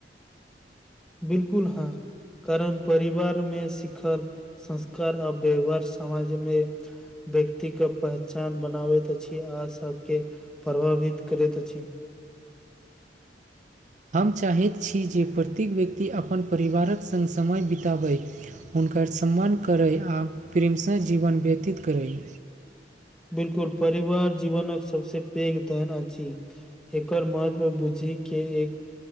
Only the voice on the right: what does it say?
हम चाहैत छी जे प्रत्येक व्यक्ति अपन परिवारक संग समय बिताबै। हुनकर सम्मान करय आ प्रेमसँ जीवन व्यतीत करय